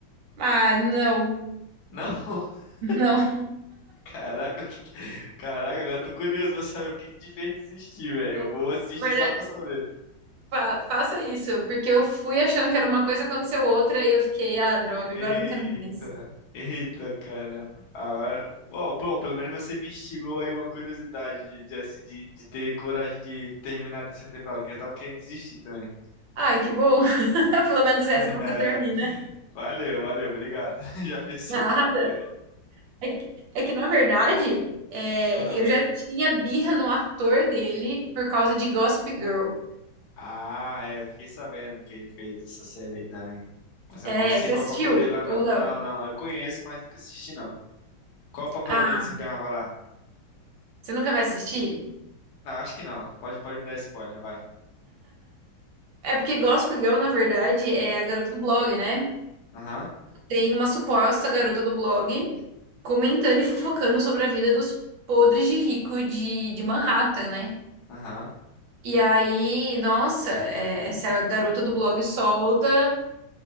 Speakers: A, on the right (about 75°); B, on the left (about 60°).
A: Ah, não,
B: Não, <laughs>
A: <laughs> não.
B: caraca, o que... que- caraca, agora eu tô curioso pra saber o que que te fez desistir, velho.
A: Eu-
B: Eu vou assistir
A: Na verdade,
B: só pra saber.
A: fa- faça isso, porque eu fui achando que era uma coisa, aconteceu outra, e eu fiquei, ah, droga,
B: Eita,
A: agora eu não quero mais.
B: eita, caramba. Agora, bom, bom, pelo menos você me instigou aí uma curiosidade de, de, assi- de, de ter coragem de terminar a terceira temporada, que eu tava querendo desistir também. <laughs>
A: Ai, que bom. <laughs> Pelo menos essa
B: É,
A: você termina.
B: valeu, valeu, obrigado. <laughs> Já fez seu
A: Nada.
B: papel.
A: É que, é que na verdade, é,
B: Ah.
A: eu já tinha birra no ator dele por causa de Gossip Girl.
B: Ah, é, eu fiquei sabendo que ele fez essa série aí também. Mas
A: É,
B: eu não sei
A: você
B: qual
A: assistiu
B: é o papel dele lá,
A: ou
B: não.
A: não?
B: Não, não, eu conheço, mas nunca assisti, não. Qual o papel
A: Ah,
B: que ele desempenhava lá?
A: você nunca vai assistir?
B: Não, acho que não. Pode, pode me dar spoiler, vai.
A: É porque Gossip Girl, na verdade, é a garota do blog, né?
B: Aham,
A: Tem uma suposta garota do blog comentando e fofocando sobre a vida dos podres de rico de, de Manhattan, né?
B: aham,
A: E aí, nossa, é, essa garota do blog solta